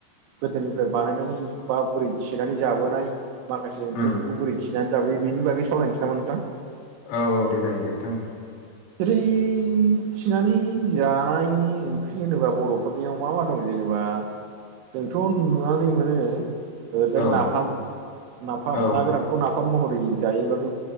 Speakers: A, on the right (about 80°); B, on the left (about 80°).
A: गोदोनिफ्राय बानायनानै बा बोरै थिनानै जाबोनाय माखासे ओंख्रिफोरखौ
B: उम
A: बोरै थिनानै जाबोयो बेनि बागै सावरायनोसै नामा नोंथां।
B: औ औ दे जायो दे नोंथां।
A: ओरै थिनानै जानाय ओंख्रि होनोबा बर'फोरनियाव मा मा दङ जेनेबा जोंथ' नुनानै मोनो ओजाय
B: औ
A: नाफाम नाफाम
B: औ
A: ना गोरानखौ नाफाम फाम ओंखाम महरै जायोब्लाथ'